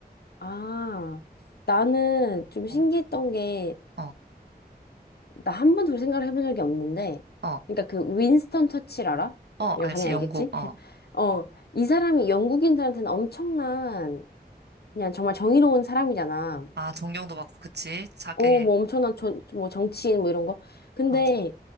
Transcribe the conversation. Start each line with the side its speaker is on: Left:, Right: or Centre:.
Left: 아, 나는 좀 신기했던
Right: 어,
Left: 게,
Right: 어,
Left: 나 한 번도 그렇게 생각을 해본 적이 없는데,
Right: 어,
Left: 그러니까 그 윈스턴 처칠 알아?
Right: 어,
Left: 이거
Right: 알지,
Left: 당연히
Right: 영국,
Left: 알겠지? <laughs>
Right: 어.
Left: 어, 이 사람이 영국인들한테는 엄청난, 그냥 정말 정의로운 사람이잖아.
Right: 아, 존경도 받고, 그치? 자기,
Left: 어, 뭐 엄청난 저, 뭐 정치인 뭐 이런 거. 근데,
Right: 맞아.